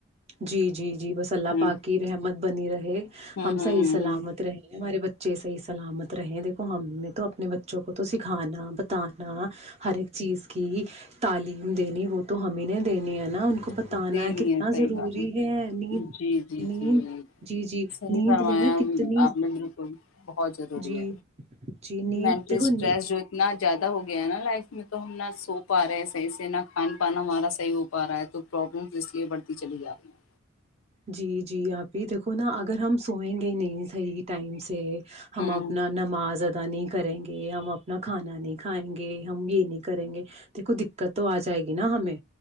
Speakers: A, on the right (about 30°); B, on the left (about 80°).
A: جی جی جی بس اللہ
B: ہوں
A: پاکی رحمت بنی رہے
B: ہوں
A: ہم
B: ہ
A: صحیح سلامت رہے ہمارے بچے صحیح سلامت رہے دیکھو ہم نے تو اپنے بچوں کو تو سکھانا بتا ہ ہر ایک چیز کی تعلیم دینی وہ تو ہمیں نہیں دینی ہے نا کو بتانا
B: ہ دے
A: ہے
B: نہیں
A: کتنا
B: صحیح
A: ر
B: بات
A: ہے نیند
B: جی جی
A: نیند
B: جی
A: جی جی
B: صحیح
A: نیند
B: فرمایا
A: لینا کتنی
B: آپ نے بالکل بہت ضروری
A: جی
B: ہے
A: جی نیند
B: مینٹل
A: دیکھو
B: اسٹریس
A: نی
B: جو اتنا زیادہ ہو گیا ہے نا لائف میں تو ہم نہ سو پا رہے ہیں صحیح سے نہ کھان پان ہمارا صحیح ہو پا رہا ہے تو پرابلمز اس لیے بڑھتی چلی جا رہی ہیں
A: جی جی آپھی دیکھو نا اگر ہم سوئیں گے نہیں صحیح ٹائم سے پ ہم اپنا
B: ہوں
A: نماز ا نہیں کریں گے ہم اپنا کھانا نہیں کھائیں گے ہم یہ نہیں کریں گے دیک کو دقت تو آ جائے گی نا ہمیں